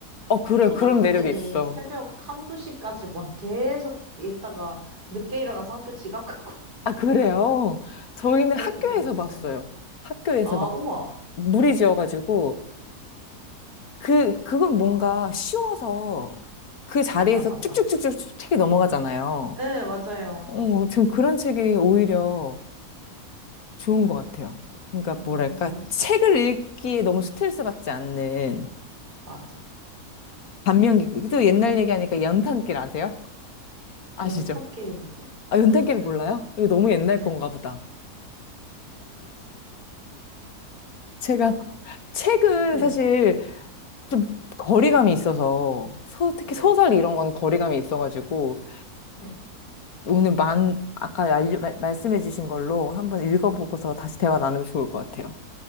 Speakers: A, on the left; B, on the right.
A: 어, 그래요.
B: 초등학생이
A: 그런 매력이 있어.
B: 새벽 한두 시까지 막 계속 읽다가 늦게 일어나서 학교 지각하고
A: 아, 그래요? 저희는
B: <laughs> 그랬던
A: 학교에서
B: 경험 있어요.
A: 봤어요. 학교에서
B: 아,
A: 막
B: 우와.
A: 무리 지어가지고 그, 그건
B: 우와.
A: 뭔가 쉬워서 그 자리에서
B: 맞아, 맞아.
A: 쭉쭉쭉쭉 책이 넘어가잖아요.
B: 네, 맞아요.
A: 어, 전 그런 책이 오히려 좋은 것 같아요. 그러니까
B: 너무
A: 뭐랄까,
B: 재밌었어.
A: 책을 읽기에 너무 스트레스 받지 않는
B: 맞아.
A: 반면기고, 또 옛날 얘기하니까 연탄길 아세요? 아시죠?
B: 연탄끼리 뭐지?
A: 아,
B: 모르겠어요.
A: 연탄길 몰라요? 이거 너무 옛날
B: 네.
A: 건가 보다. 제가 책은
B: 네.
A: 사실 좀 거리감이 있어서, 소, 특히
B: 네.
A: 소설 이런 건 거리감이 있어가지고,
B: 네.
A: 오늘 만, 아까 알려, 말- 말씀해주신 걸로 한번 읽어보고서 다시 대화 나누면 좋을 것 같아요.